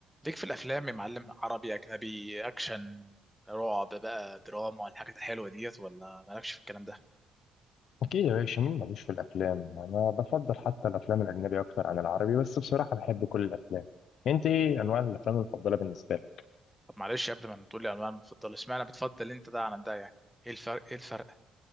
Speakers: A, in the centre; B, on the left.
A: ليك في الافلام يا معلم عربي اجنبي اكشن رعب بقى دراما الحاجات الحلوه ديت ولا مالكش في الكلام ده
B: أكيد يا باشا مين ملوش في الأفلام أنا بفضل حتى الأفلام الأجنبي أكتر عن العربي بس بصراحة بحب كل الأفلام أنت إيه أنواع الأفلام المفضلة بالنسبة لك؟
A: طب معلش قبل ما تقول لي انواع المفضله اشمعنى بتفضل انت ده عن ده يعني ايه الفرق ايه الفرق